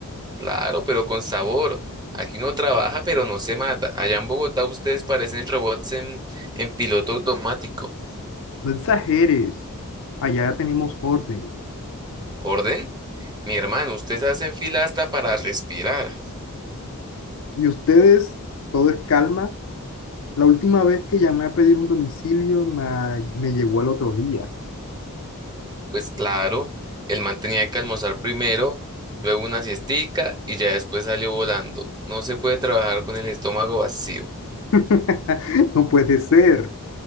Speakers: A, on the right (about 20°); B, on the left (about 60°).
A: Claro, pero con sabor. Aquí uno trabaja, pero no se mata. Allá en Bogotá ustedes parecen robots en, en piloto automático.
B: No exageres. Allá ya tenemos orden.
A: ¿Orden? Mi hermano, ustedes hacen fila hasta para respirar.
B: Y ustedes, todo es calma, La última vez que llamé a pedir un domicilio ma- me, llegó al otro día.
A: Pues claro, el man tenía que almorzar primero, luego una siestica y ya después salió volando. No se puede trabajar con el estómago vacío.
B: <laughs> No puede ser.